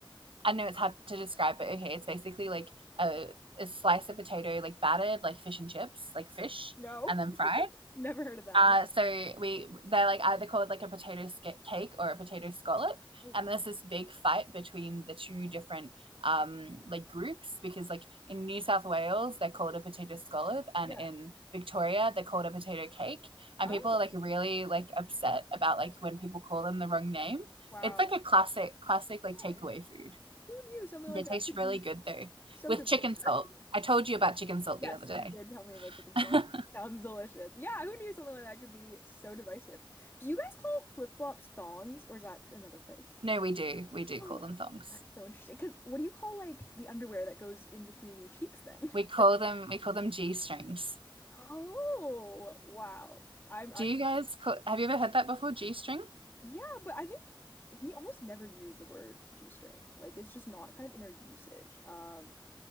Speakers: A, on the right (about 85°); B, on the left (about 25°).
A: I know it's hard to describe, but okay, it's basically like a, a slice of potato like battered like fish and chips, like fish
B: no.
A: and then
B: <laughs>
A: fried
B: Never heard of that.
A: Uh,
B: No.
A: so we they're like either called like a potato sca- cake or a potato scallop,
B: Oh, wow.
A: and there's this big fight between the two different um, like groups because like in New South Wales they're called
B: <laughs>
A: a potato scallop, and
B: Yeah.
A: in Victoria they're called a potato cake, and
B: Oh,
A: people are like really like upset about like when people call them the wrong name.
B: wow.
A: It's like a classic classic like takeaway
B: Okay.
A: food.
B: Who knew something
A: They
B: like
A: taste
B: that could
A: really
B: be
A: good though
B: so
A: with
B: divisive?
A: chicken salt.
B: <laughs>
A: I told you about chicken salt
B: Yes,
A: the other day.
B: you did tell me about chicken
A: <laughs>
B: salt. Sounds delicious. Yeah, who knew something like that could be so divisive? Do you guys call flip-flops thongs, or is that another place?
A: no, we
B: <gasps>
A: do we do
B: That's
A: call them thongs.
B: so interesting. Because what do you call like the underwear that goes in between your cheeks then?
A: We
B: <laughs>
A: call
B: Like,
A: them we call them G strings.
B: oh, wow. I'm
A: Do
B: actually,
A: you guys call, have you ever heard that before? G string?
B: yeah, but I think we almost never use the word G-string. Like, it's just not kind of in our usage. Um,